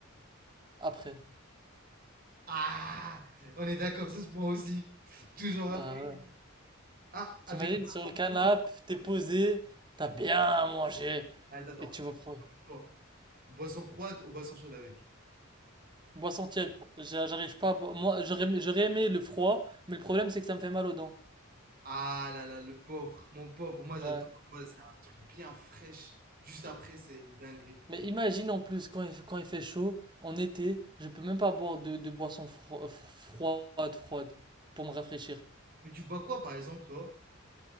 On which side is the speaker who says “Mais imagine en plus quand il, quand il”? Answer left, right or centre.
Right